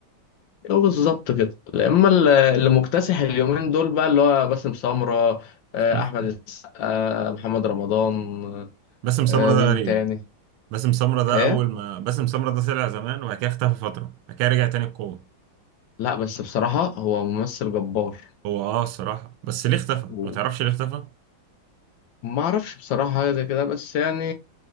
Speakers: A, on the left; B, on the right.
A: هو بالظبط كده اما ال- اللي مكتسح اليومين دول بقى اللي هو باسم سمرة آه،
B: <laughs>
A: احمد السقا آه، محمد رمضان آه،
B: باسم
A: آه،
B: سمرة
A: مين
B: ده غريب
A: تاني
B: باسم سمرة ده
A: ايه
B: أول ما باسم سمرة ده طلع زمان وبعد كده اختفى فترة بعد كده رجع تاني بقوة
A: لا بس بصراحة هو ممثل جبار
B: هو أه الصراحة بس ليه اختفى
A: وما
B: ما تعرفش ليه اختفى
A: اعرفش بصراحة حاجة زي كده بس يعني